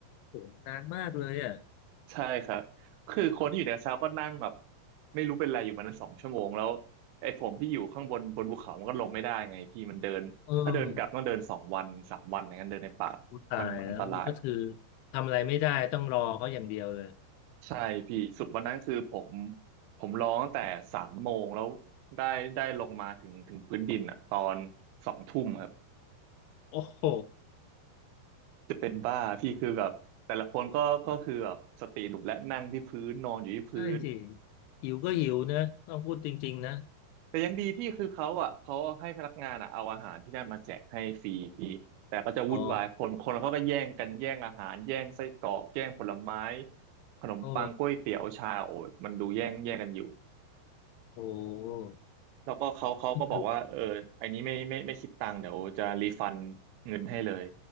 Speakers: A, on the left (about 80°); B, on the right (about 75°).
A: โหนานมากเลยอ่ะ
B: ใช่ครับคือคนที่อยู่ในกระเช้าก็นั่งแบบไม่รู้เป็นไรอยู่มานั้นสองชั่วโมงแล้วไอ้ผมที่อยู่ข้างบนบนภูเขามันก็ลงไม่ได้ไงพี่มันเดินถ้าเดินกลับต้องเดินสองวันสามวันอย่างนั้นเดินในป่า
A: เออกูตายแล้วก็คือ
B: มันอันตราย
A: ทำอะไรไม่ได้ต้องรอเขาอย่างเดียวเลย
B: ใช่พี่สุดวันนั้นคือผมผมร้องตั้งแต่สามโมงแล้วได้ได้ลงมาถึงถึงพื้นดินอ่ะตอนสองทุ่มครับ
A: โอ้โห
B: จะเป็นบ้าพี่คือแบบแต่ละคนก็ก็คือแบบสติหลุดและนั่งที่พื้นนอนอยู่ที่พื้น
A: ใช่สิหิวก็หิวนะต้องพูดจริงๆนะ
B: แต่ยังดีพี่คือเขาอ่ะเขาให้พนักงานอ่ะเอาอาหารที่นั่นมาแจกให้ฟรีพี่แต่ก็จะวุ่นวายคนคนเขาก็แย่งกันแย่งอาหารแย่งไส้กรอกแย่งผลไม้
A: อ๋อ
B: ขนมปังกล้วยเตี๋ยวชาโอ้ยมันดูแย่งแย่งกันอยู่
A: โอ้โห
B: แล้วก็เขาเขาก็บอกว่าเอออันนี้ไม่ไม่ไม่คิดตังค์เดี๋ยวจะรีฟัน
A: ก็คือ
B: เงินให้เลย